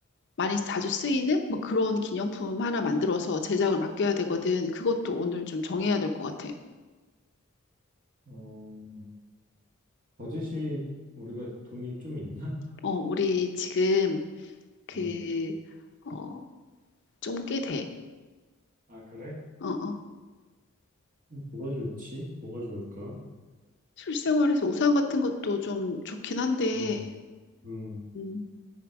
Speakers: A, on the left; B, on the right.
A: 많이 자주 쓰이는 뭐 그런 기념품 하나 만들어서 제작을 맡겨야 되거든. 그것도 오늘 좀 정해야 될 것 같아.
B: 어, 버젯이 우리가 돈이 좀 있나?
A: 어, 우리 지금 그,
B: 어.
A: 어, 좀 꽤 돼.
B: 아, 그래?
A: 어, 어.
B: 뭐가 좋지? 뭐가 좋을까?
A: 실생활에서 우산 같은 것도 좀 좋긴 한데,
B: 음, 음.
A: 음,